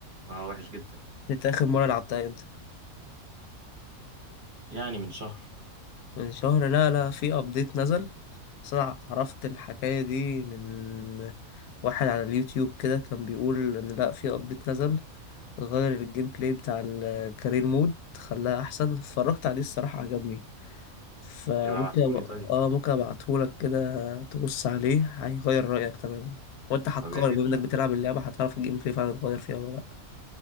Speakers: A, on the right; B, on the left.
A: اه وحش جدا
B: انت اخر مرة لعبتها امتى
A: يعني من شهر
B: من شهر لا لا في ابديت نزل بس انا عرفت الحكاية دي من واحد على اليوتيوب كده كان بيقول ان لا في ابديت نزل غير الجيم بلاي بتاع الكارير مود خلاه احسن اتفرجت عليه الصراحة عجبني فممكن
A: يبقى ابعتهولي
B: أب...
A: طيب
B: اه ممكن ابعتهولك كده تبص عليه هيغير رأيك تماما وانت حكار
A: طب يا ريت
B: بما
A: تبعت
B: انك بتلعب اللعبة هتعرف الجيم بلاي فعلا اتغير فيها ولا لا